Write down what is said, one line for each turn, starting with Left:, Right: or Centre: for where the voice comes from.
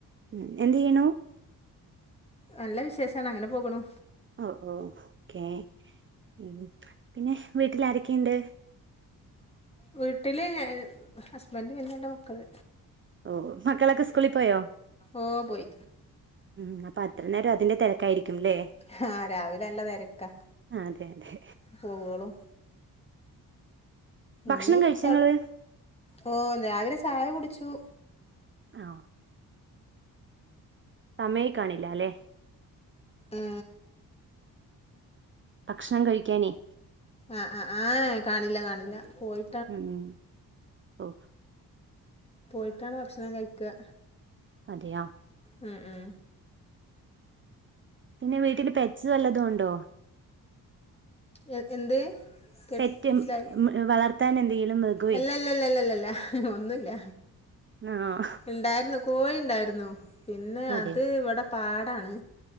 Right: മ്ഹ് എന്ത് യ്യ്ണു
Left: നല്ല വിശേഷാണ് അങ്ങനെപോക്ണു
Right: ഓ ഓ ക്കെ മ്ഹ് പിന്നെ വീട്ടില് ആരെക്കെണ്ട്
Left: വീട്ടില്ഹസ്ബന്ഡ് പിന്നെ രണ്ട്മക്കള്
Right: ഓ ഒ മക്കളൊക്കെ സ്കൂളി പോയോ
Left: ഓ പോയി
Right: മ്മ്ഹ് അപ്പൊഅത്ര നേരം അതിന്റെ തെരക്കായിരിക്കുംല്ലേ
Left: ഹാ രാവിലെ നല്ലതെരക്കാ
Right: അതെ അതെ
Left: പോവോളാം
Right: ഭക്ഷണം
Left: ഇനി
Right: കഴിച്ചങ്ങള്
Left: തൊ ഓ രാവിലെ ചായ കുടിച്ചു
Right: ഓ സമയേ കാണില്ലലേ
Left: ഏ
Right: ഭക്ഷണം കഴിക്കാനേയ്
Left: ആഹ് ആഹ് ആഹ് ഏ കാണില്ല കാണില്ല പോയി
Right: മ്ഹ് ഓ
Left: പോയിട്ടാണ് ഭക്ഷണം കഴിക്കാ
Right: അതെയാ
Left: മ്ഹ് മ്ഹ്
Right: പിന്നെ വീട്ടില് പെക്സ് വല്ലതുണ്ടോ
Left: എ എന്ത് കേട്ട്
Right: പെറ്റ്
Left: മനസിലായി
Right: വളർത്താൻ എന്തെങ്കിലും മൃഗവേ
Left: അല്ലല്ലല്ലല്ല ല്ലല്ല ഒന്നുല്ല
Right: ആഹ്
Left: ഇണ്ടായിരുന്നു കോഴി ഉണ്ടായിരുന്നു പിന്നെ
Right: അതെയോ
Left: അത് ഇവിടെ പാടാണ്